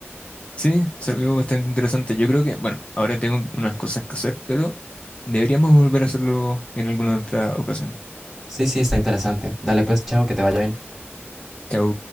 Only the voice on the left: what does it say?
Sí, es algo bastante interesante. Yo creo que, bueno, ahora tengo unas cosas que hacer, pero deberíamos volver a hacerlo en alguna otra ocasión.
Chao.